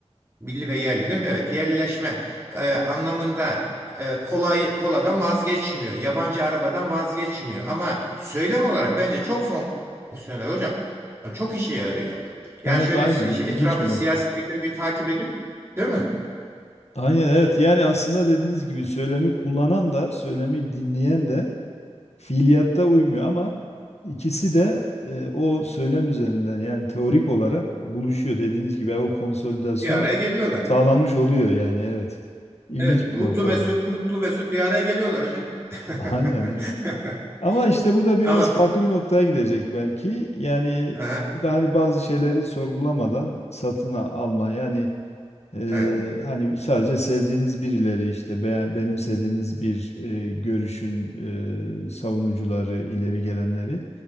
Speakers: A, on the right (about 25°); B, on the left (about 80°).
A: milli ve yerli değil mi? Evet. Yerelleşme e, anlamında e, kolay koladan vazgeçmiyor. Yabancı arabadan vazgeçmiyor. Ama söylem olarak bence çok fonksiyonel hocam. Çok işe yarıyor. Yani
B: Evet
A: şöyle
B: aynen
A: si- şey,
B: ilginç
A: etrafın
B: bir
A: siyasi
B: nokta.
A: gündemi takip edin, değil mi?
B: Aynen evet yani aslında dediğiniz gibi söylemi kullanan da söylemi dinleyen de Fiiliyatta uymuyor ama ikisi de e, o söylem üzerinden yani teorik olarak buluşuyor. Dediğiniz gibi o konsolidasyon
A: Bir araya geliyorlar.
B: sağlanmış oluyor yani evet. İlginç
A: Evet,
B: bir
A: mutlu
B: nokta
A: mesut,
B: o da.
A: mutlu mesut bir araya geliyorlar hocam. <laughs>
B: Aynen evet. Ama işte bu da biraz
A: Ama
B: farklı bir noktaya gidecek belki. Yani
A: Aha,
B: bu da hani bazı şeyleri sorgulamadan satın a- alma. Yani Eee,
A: evet,
B: hani sadece sevdiğiniz birileri işte beğen- benimsediğiniz bir eee, görüşün eee, savunucuları, ileri gelenleri